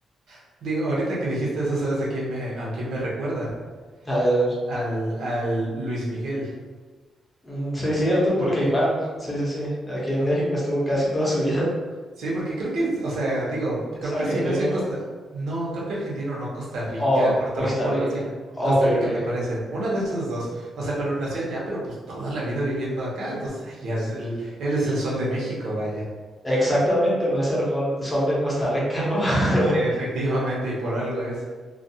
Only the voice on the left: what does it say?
A ver, a ver.
Mm, sí, cierto, porque
igual, sí, sí, sí, aquí en
México estuvo casi toda su vida. <laughs>
Es
argentino,
¿no?
Oh,
Costa
Rica.
Ok,
ok.
Exactamente, no es el jol- sol de Costa Rica, ¿no? <laughs>